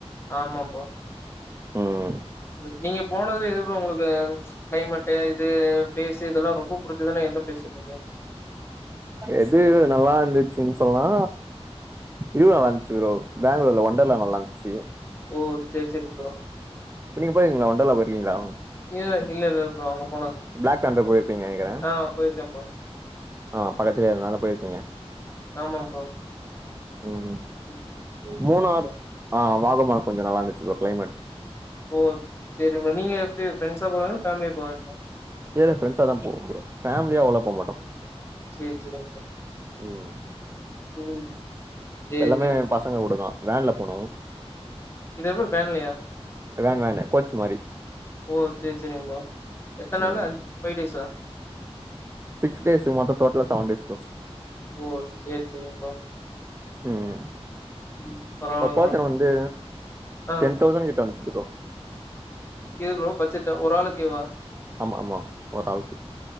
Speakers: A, on the left (about 25°); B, on the right (about 25°).
A: ஆமா ப்ரோ
B: ம்
A: ம் நீங்க போனதுல எது ப்ரோ உங்களுக்கு கிளைமேட்டு இது பிளேஸ் இதெல்லா ரொம்ப புடிச்சதுனா எந்த பிளேஸ் சொல்விங்க
B: எது நல்லா இந்துச்சுன்னு சொன்னா இது நல்லாந்ச்சு ப்ரோ பெங்களூர்ல ஒண்டர்லா நல்லா இருந்ச்சு
A: ஓ செரி செரி ப்ரோ
B: இப்ப நீங்க போயிக்கிங்களா ஒண்டர்லா போயிருக்கீங்களா
A: இல்ல இல்ல ப்ரோ <unintelligible>
B: பிளாக் தண்டர் போயிருப்பீங்க நெனைக்கிறே
A: ஆ போயிருக்கேன் ப்ரோ
B: ஆ பக்கத்துல இருக்குறனால
A: ம்.
B: போயிருப்பிங்க
A: ஆமா ப்ரோ
B: ம்
A: ம் சரி சரி
B: மூணார்
A: ப்ரோ
B: ஆ வாகமா கொஞ்ச நல்லா இருந்துச்சு ப்ரோ கிளைமேட்
A: ஓ சேரிங்க நீங்க எப்டி ஃப்ரெண்ட்ஸா போவிங்க ஃபேமிலியா போவீங்களா
B: இல்ல ஃப்ரண்ட்ஸா தா போவோ ப்ரோ ஃபேமிலியாவ்ளா போமாட்டோ
A: செரி செரி ப்ரோ
B: ம்
A: ம் சேரி
B: எல்லாமே
A: செரி
B: பசங்க கூடுதா வேன்ல போனோ
A: என்னது வேன்லயா
B: வேன் வேனு கோச் மாரி
A: ஓ சேரி செரிங்க ப்ரோ எத்த நாளு
B: ம்
A: ஃபை டேஸ்ஸா
B: சிக்ஸ் டேஸ்ஸு மொத்த டோட்டலா செவன் டேஸ் ப்ரோ
A: ஓ சேரி செரிங்க ப்ரோ
B: ம்
A: ம் பரவால்ல
B: ப பர்சன்
A: ப்ரோ
B: வந்து
A: ஆ
B: டென் தௌசண் கிட்ட வந்துச்சு ப்ரோ
A: எ ப்ரோ பட்ஜெட்டு ஒரு ஆளுக்கு எவ்ளோ
B: ஆமா ஆமா ஒரு ஆளுக்கு